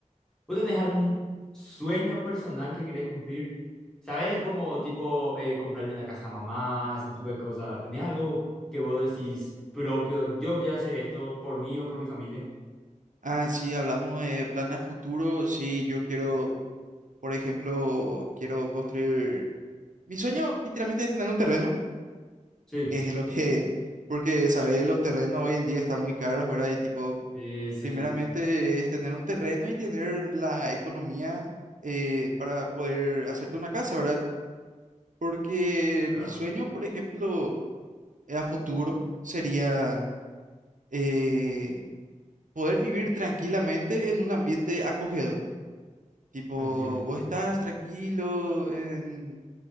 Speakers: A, in the centre; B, on the right.
A: ¿Vos tenés algún sueño personal que querés cumplir? ¿Sabés como tipo eh, comprarle una casa a mamá, ese tipo de cosas? ¿Tenés algo que vos decís propio, yo quiero hacer esto por mí o por mi familia?
B: Ah, sí, hablamos de planes a futuro. Sí, yo quiero, por ejemplo, quiero construir... Mi sueño literalmente es tener un terreno. <laughs>
A: Sí,
B: Es lo que... Porque, ¿sabes? Los terrenos hoy en día están muy caros, ¿verdad? Y tipo...
A: sí, sí,
B: Primeramente es tener un terreno y tener la economía eh, para poder hacerte una casa, ¿verdad? Porque
A: claro.
B: mi sueño, por ejemplo, eh, a futuro sería eh, poder vivir tranquilamente en un ambiente acogedor. Tipo,
A: Entiendo,
B: vos
A: entiendo.
B: estás tranquilo en,